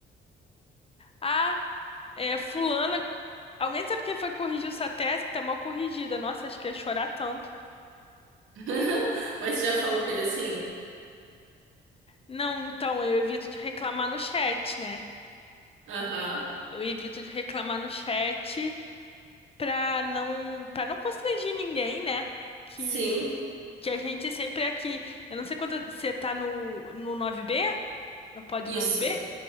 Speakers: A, on the left (about 30°); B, on the right (about 80°).
A: ah, é, fulana. Alguém sabe quem foi que corrigiu essa tese que tá mal corrigida? Nossa, acho que ia chorar tanto.
B: <laughs> Mas você já falou com ele assim?
A: Não, então, eu evito de reclamar no chat, né?
B: Aham.
A: Eu evito de reclamar no chat pra não, pra não constranger ninguém, né? Que,
B: Sim.
A: que a gente sempre é aqui. Eu não sei quando você tá no, no nove b No Pod
B: Isso.
A: 9B?